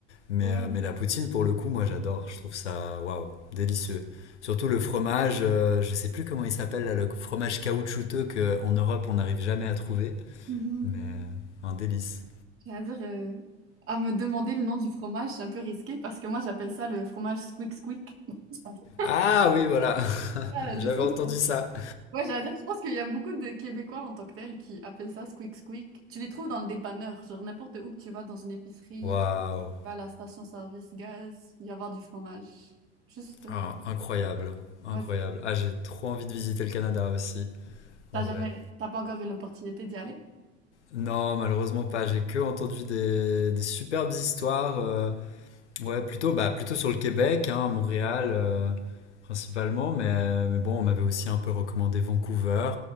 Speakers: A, on the left; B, on the right.
A: Mais,
B: Ouais.
A: euh, mais la poutine, pour le coup, moi j'adore. Je trouve ça waouh, délicieux. Surtout le fromage, euh, je sais plus comment il s'appelle là, le fromage caoutchouteux qu'en Europe on n'arrive jamais à trouver,
B: Mhm.
A: mais euh, un délice.
B: C'est-à-dire, euh, à me demander le nom du fromage, c'est un peu risqué parce que moi, j'appelle ça le fromage squeak squeak. <laughs>
A: Ah oui, voilà, <laughs>
B: Ah, le
A: j'avais
B: son.
A: entendu
B: qu'on <laughs>
A: ça.
B: Ouais, j'allais dire, je pense qu'il y a beaucoup de Québécois en tant que tels qui appellent ça squeak squeak. Tu les trouves dans le dépanneur, genre n'importe où que tu vas, dans une épicerie,
A: Waouh,
B: tu vas à la station-service gaz, il va y avoir du fromage. Juste, euh,
A: Ah, incroyable, incroyable.
B: ouais, c'est.
A: Ah, j'ai trop envie de visiter le Canada aussi,
B: T'as
A: en
B: jamais,
A: vrai.
B: t'as pas encore eu l'opportunité d'y aller?
A: Non, malheureusement pas. J'ai que entendu des, des superbes histoires. euh, ouais, plutôt, bah, plutôt sur le Québec, hein, Montréal euh, principalement. Mais, mais bon, on m'avait aussi un peu recommandé Vancouver.